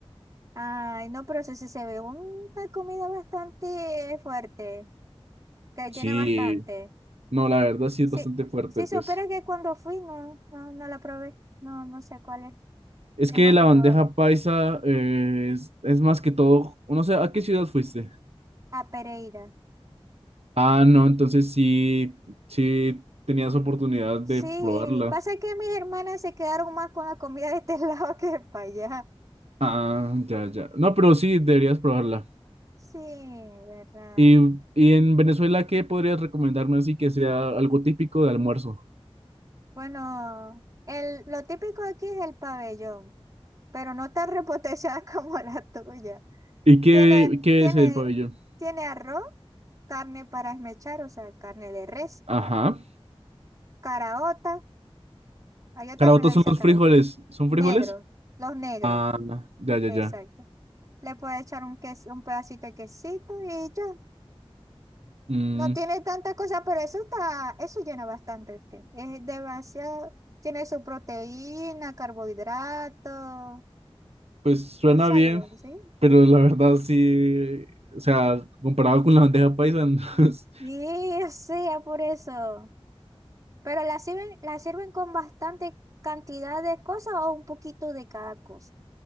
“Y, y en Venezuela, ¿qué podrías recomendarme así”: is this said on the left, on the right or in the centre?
Right